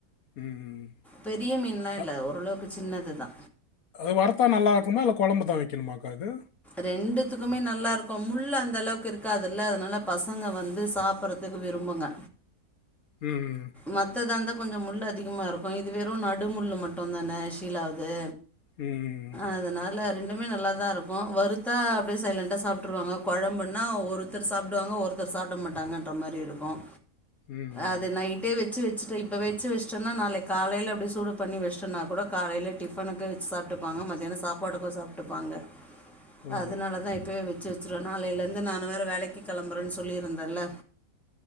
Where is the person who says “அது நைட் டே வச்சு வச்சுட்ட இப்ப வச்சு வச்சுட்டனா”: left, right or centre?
Centre